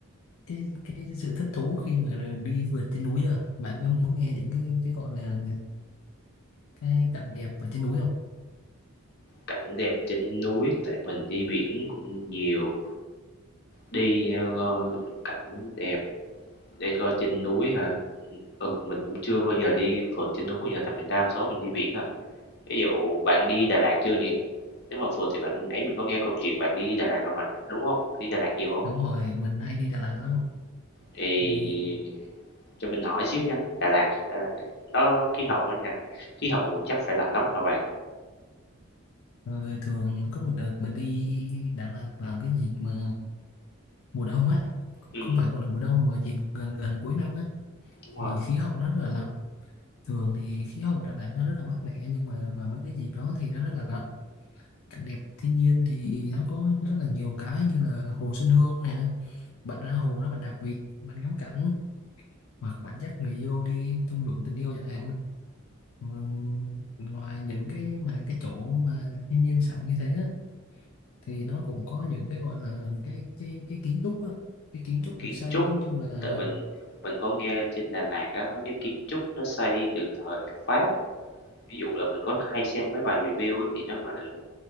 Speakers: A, on the left; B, on the left.
A: cái cái sự thích thú khi mà đi vượt trên núi chưa bạn có muốn nghe những cái cái gọi là cái cảnh đẹp ở trên núi không
B: cảnh đẹp trên núi tại mình đi biển cũng nhiều đi ờ, cảnh đẹp để coi trên núi hả ừ mình cũng chưa bao giờ đi phượt trên núi bao giờ tại mình đa số mình đi biển à ví dụ bạn đi Đà Lạt chưa nhỉ Nếu mà phượt thì bạn nãy mình có nghe câu chuyện bạn đi Đà Lạt rồi mà, đúng không? Bạn đi Đà Lạt nhiều không?
A: đúng rồi mình hay đi Đà Lạt lắm
B: Thì
A: thì
B: cho mình hỏi xíu nha, Đà Lạt, ờ, nó khí hậu bên nha, khí hậu chắc phải lạnh lắm hả bạn?
A: Ờ, thường có một đợt mình đi Đà Lạt vào cái dịp mà mùa đông á
B: Ừ
A: không phải gọi là mùa đông mà dịp gần gần cuối năm á
B: đúng rồi,
A: thì khí hậu nó rất là lạnh thường thì khí hậu Đà Lạt nó rất là mát mẻ nhưng mà vào mấy cái dịp đó thì nó rất là lạnh cảnh đẹp thiên nhiên thì nó có rất là nhiều cái như là hồ Xuân Hương này bạn ra hồ đó bạn đạp vịt bạn ngắm cảnh hoặc bạn dắt người yêu đi thung lũng tình yêu chẳng hạn Ừ, ngoài những cái mà cái chỗ mà thiên nhiên sẵn như thế á, thì nó cũng có những cái gọi là cái cái cái kiến trúc á cái kiến trúc
B: kiến
A: được xây
B: trúc,
A: á, như là
B: tại mình mình có nghe trên Đà Lạt á, mấy cái kiến trúc nó xây từ thời Pháp, ví dụ là mình có hay xem mấy bài review á, thì nó, gọi là,